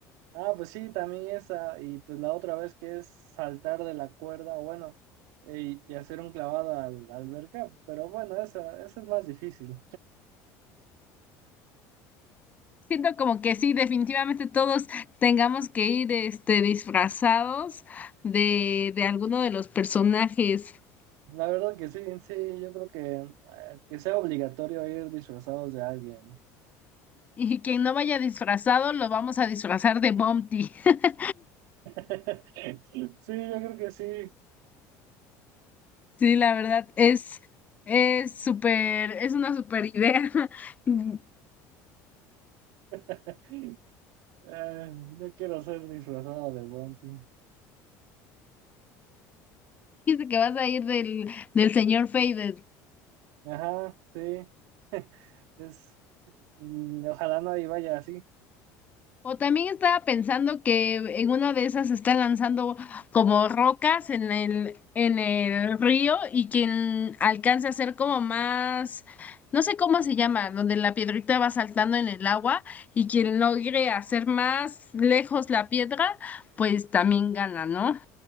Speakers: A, on the right; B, on the left.
A: Ah, pues sí, también esa, y pues la otra vez que es saltar de la cuerda, bueno, eh, y hacer un clavado al, la alberca, pero bueno, esa, esa es más difícil.
B: Siento como que sí, definitivamente todos tengamos que ir este, disfrazados de, de alguno de los personajes.
A: La verdad que sí, sí, yo creo que, eh, que sea obligatorio ir disfrazados de alguien.
B: Y quien no vaya disfrazado, lo vamos a disfrazar de Bumpty. <laughs>
A: <laughs> Sí, yo creo que sí.
B: Sí, la verdad, es, es súper, es una súper idea. <laughs> Dijiste
A: <laughs> Eh, no quiero ser disfrazado de Bounty.
B: que vas a ir del, del señor Fade.
A: Ajá, sí. <laughs> Es, mm, ojalá nadie vaya así.
B: O también estaba pensando que en una de esas están lanzando como rocas en el, en el río y quien alcance a ser como más, no sé cómo se llama, donde la piedrita va saltando en el agua y quien logre hacer más lejos la piedra, pues también gana, ¿no?